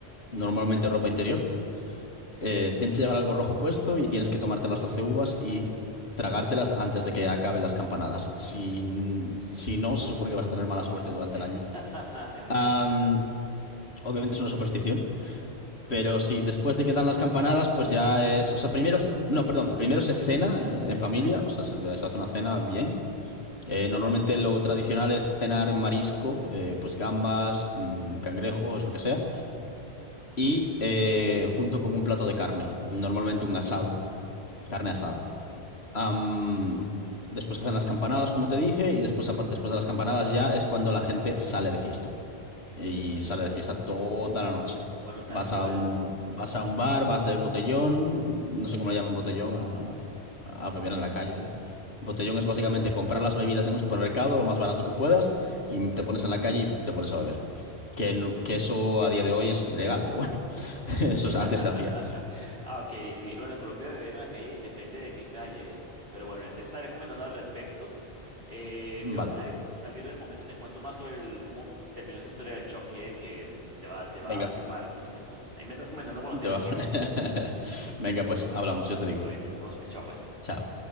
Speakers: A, on the left; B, on the right.
A: normalmente ropa interior. Eh, tienes que llevar algo rojo puesto y tienes que tomarte las 12 uvas y tragártelas antes de que acaben las campanadas. Si, si no, se supone que vas a tener mala suerte durante el año.
B: <laughs>
A: Am, obviamente es una superstición. Pero sí, después de que dan las campanadas, pues ya es. O sea, primero. c- No, perdón. Primero se cena eh, en familia. O sea, se, se hace una cena bien. Eh, normalmente lo tradicional es cenar marisco, eh, pues gambas, mm, cangrejos, lo que sea. Y eh, junto con un plato de carne. Normalmente un asado. Carne asada. Am, después hacen las campanadas, como te dije. Y después, apar- después de las campanadas ya es cuando la gente sale de fiesta y
B: Mm,
A: sales de fiesta toda la noche.
B: bueno, tal
A: Vas
B: cual.
A: a Mm. un, vas a un bar, vas de botellón, no sé cómo le llaman botellón, a, a beber en la calle allá. Botellón
B: Mm.
A: es básicamente comprar las bebidas en un supermercado lo más barato que puedas y te pones en la calle y te pones a beber. Que, no- que eso a día de hoy es ilegal, pero bueno, <laughs> eso es-
B: <laughs>
A: antes se hacía.
B: Ah, ok, sí. Bueno, en Colombia beber en la calle depende de qué calle, ¿eh? Pero bueno, ya te estaré comentando al respecto. Eh,
A: Vale,
B: tengo que sali- salir de momento, te cuento más sobre el- cómo terminó esa historia del choque, ¿eh? Que te va, te va
A: venga,
B: a flipar, como dices tú. Ahí me estás comentando cuando tengas
A: te va-
B: tiempo.
A: <laughs> Venga, pues hablamos, yo te digo.
B: Todo bien, vemos pues, chao pues.
A: Chao.